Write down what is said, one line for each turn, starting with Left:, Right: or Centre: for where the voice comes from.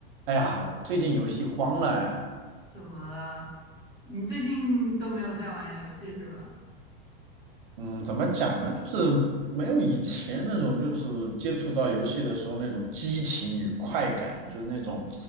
Right: 哎呀，我最近游戏荒了哎，
Left: 怎么了？你最近都没有在玩游戏是吧？
Right: 嗯，怎么讲呢？就是没有以前那种，就是接触到游戏的时候那种激情与快感，就是那种